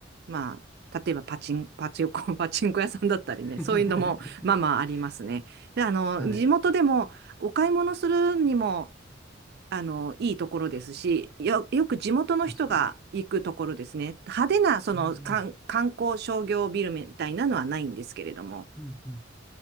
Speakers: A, on the right; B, in the centre.
A: まあ、例えばパチン、パチンコ、<laughs> パチンコ屋さんだったりね、
B: <laughs>
A: そういうのも、まあまあありますね。で、あの、
B: はい。
A: 地元でも、お買い物するにも、あの、いいところですし、よ、よく地元の人が行くところですね。
B: 確かに。
A: 派手な、その、
B: うん、
A: 観観光商業ビルみたいなのはないんですけれども、
B: うん、うん。